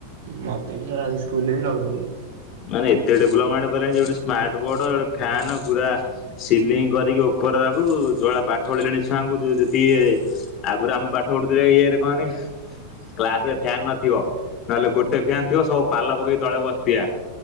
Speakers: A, on the right; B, on the left.
A: ମତେ ବି ସେୟା ଲାଗୁଚି ସ୍କୁଲେ ବି ଲଗେଇ ଦେବେ।
B: ମାନେ ଏତେ ଡେଲପମେଣ୍ଟେ କଲେଣି ସ୍ମାର୍ଟ ବୋର୍ଡୋ ଫ୍ୟା ନ୍ ପୁରା ସିଲିଙ୍ଗି କରିକି ଉପର ଆକୁ ଯୋଭଳିଆ ପାଠ ପଢଳିଲେଣି ଛୁଆଙ୍କୁ ଯୋଉ ଯେତିଇଏ ଆଗରୁ ଆମେ ପାଠ ପଢୁଥିଲେ ଇଏରେ କହନି କ୍ଲାସ୍ ରେ ଫ୍ୟାନ୍ ନଥିବ ନହେଲେ ଗୋଟେ ଫ୍ୟାନ୍ ଥିବ ସବୁ ପାଲ ପକେଇକି ତଳେ ବସିଥିବା।